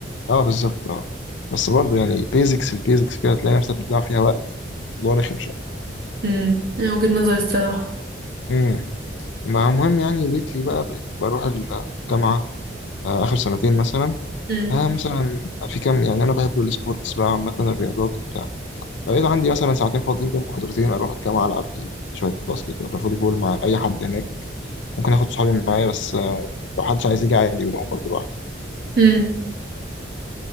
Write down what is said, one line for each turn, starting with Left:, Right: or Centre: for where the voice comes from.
Left: أه بالظبط أه بس برضه يعني بيزكس البيزكس كده تلاقي نفسك بتضيع فيها وقت الموضوع رخم شوية
Right: امم من وجهة نظري الصراحة
Left: امم مع المهم يعني ليتلي بقى بقيت بروح الجامعة آه، آخر سنتين مثلا
Right: امم
Left: آه مثلا في كام يعني أنا بحب السبورتس بقى عامة الرياضات وبتاع فبقيت عندي مثلا ساعتين فاضيين بين محاضرتين أروح الجامعة ألعب لي شوية باسكت ولا فولي بول مع أي حد هناك ممكن آخد صحابي معايا بس آه، لو حدش عايز يجي عادي بروح برضه لوحدي
Right: امم